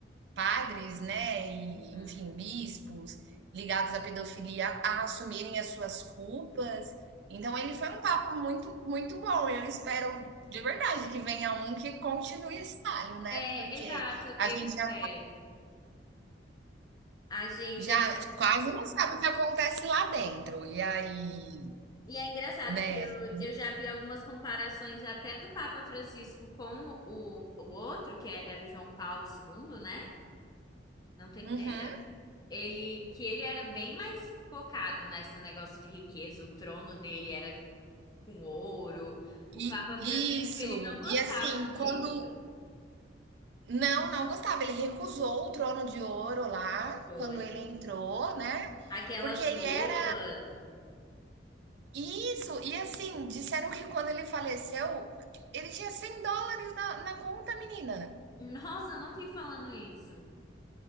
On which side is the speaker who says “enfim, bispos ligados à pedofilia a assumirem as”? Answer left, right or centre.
Right